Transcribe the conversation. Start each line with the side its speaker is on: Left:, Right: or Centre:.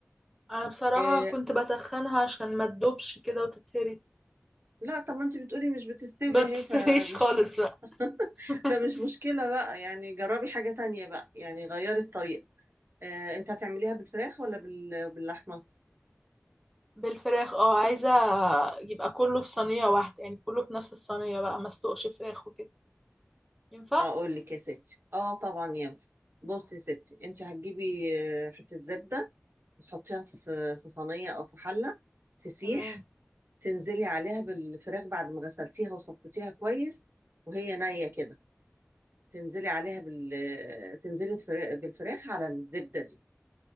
Centre: انا بصراحة
Right: إيه
Centre: كنت بتخنها عشان ما تدوبش كده وتتهري
Right: لا طب ما أنت بتقولي مش بتستوي
Centre: ما بتستويش
Right: أهي فمش
Centre: خالص بقى
Right: <laughs>
Centre: <laughs>
Right: فمش مشكلة بقى يعني جربي حاجة تانية بقى يعني غيري الطريقة إيه أنت هتعمليها بالفراخ ولا بال... باللحمة؟
Centre: بالفراخ اه عايزة يبقى كله في صينية واحدة يعني كله في نفس الصينية بقى ما اسلقش فراخ وكده ينفع؟
Right: أقول لك يا ستي اه طبعا ينفع بصي يا ستي أنت هتجيبي آه، حتة زبدة وتحطيها في في صينية أو في حلة تسيح
Centre: تمام
Right: تنزلي عليها بالفراخ بعد ما غسلتيها وصفتيها كويس وهي نية كده تنزلي عليها بال تنزلي الفرا- بالفراخ على الزبدة دي